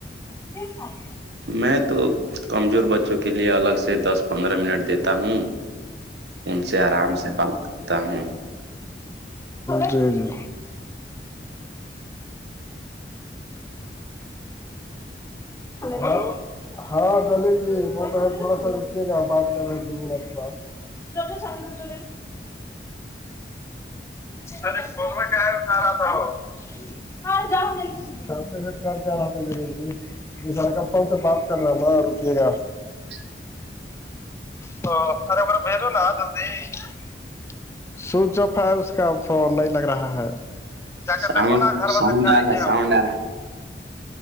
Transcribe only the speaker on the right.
میں تو کمزور بچوں کے لیے الگ سے دس پندرہ منٹ دیتا ہوں ان سے آرام سے بات کرتا ہوں
اچ
ساؤن
ساؤنڈار
ہے
ساؤنڈار ہے